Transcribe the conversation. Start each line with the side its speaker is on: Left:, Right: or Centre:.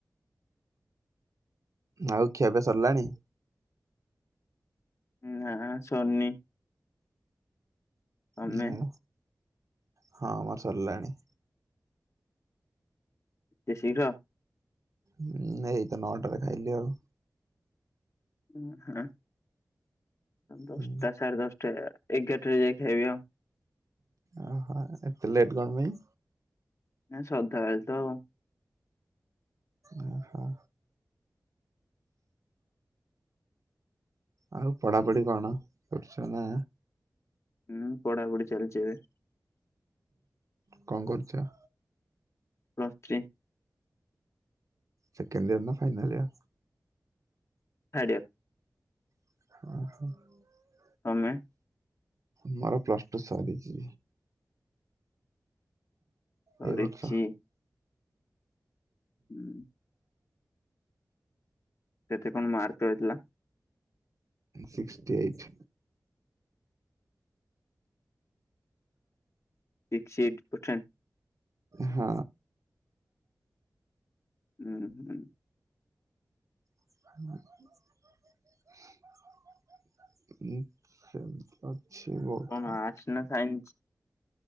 Right: ଆଉ ଖିଆପିଆ ସରିଲାଣି?
Left: ନା ସରିନି। ତମେ
Right: ହଁ। ହଁ ଆମର ସରିଲାନି।
Left: ଏତେ ଶୀଘ୍ର?
Right: ହୁଁ ଏଇତ ନଅଟାରେ ଖାଇଲି ଆଉ।
Left: ହଁ ହଁ। ଦଶଟା
Right: ହୁଁ,
Left: ସାଢ଼େ ଦଶଟା ହେଇ ଗଲାଣି। ଏଗାରଟା ରେ ଯାଇ ଖାଇବି ଆଉ।
Right: ଓହୋ ଏତେ ଲେଟ କଣପାଇଁ?
Left: ସଦାବେଳେ ତ।
Right: ଓହୋ। ଆଉ ପଢ଼ାପଢ଼ି କଣ କରୁଛ ନା?
Left: ହୁଁ ପଢାପଢି ଚାଲିଛି ଏବେ।
Right: କଣ କରୁଚ?
Left: Plus three.
Right: ସେକେଣ୍ଡ ଇୟର ନା ଫାଇନାଲିୟର?
Left: ଥାର୍ଡିୟର୍
Right: <unintelligible>
Left: ତମେ?
Right: ମୋର ପ୍ଲସ ଟୁ ସରଛି।
Left: ସରିଚି।
Right: ଏଇ ବର୍ଷ
Left: ହୁଁ। କେତେ କଣ ମାର୍କ ହେଇଥିଲା?
Right: Sixty eight.
Left: Sixty eight percent.
Right: ହଁ।
Left: ହୁଁ ହୁଁ।
Right: <unintelligible> ବହୁତ
Left: କଣ ଆର୍ଟସ ନା ସାଇନ୍ସ।